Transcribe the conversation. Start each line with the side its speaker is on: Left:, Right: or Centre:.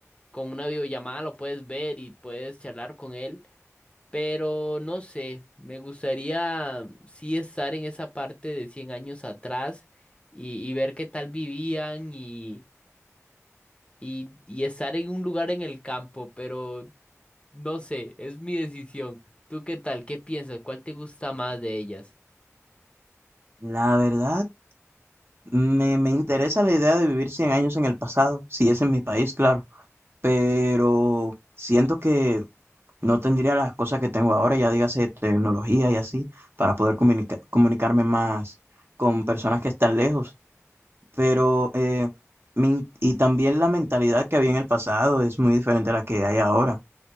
Left: con una videollamada lo puedes ver y puedes charlar con él. Pero no sé, me gustaría sí estar en esa parte de 100 años atrás y, y ver qué tal vivían y, y, y estar en un lugar en el campo, pero no sé, es mi decisión. ¿Tú qué tal? ¿Qué piensas? ¿Cuál te gusta más de ellas?
Right: La verdad, me, me interesa la idea de vivir 100 años en el pasado, si es en mi país, claro, pero siento que No tendría las cosas que tengo ahora, ya dígase tecnología y así, para poder comunica- comunicarme más con personas que están lejos. Pero, eh, mi- y también la mentalidad que había en el pasado es muy diferente a la que hay ahora.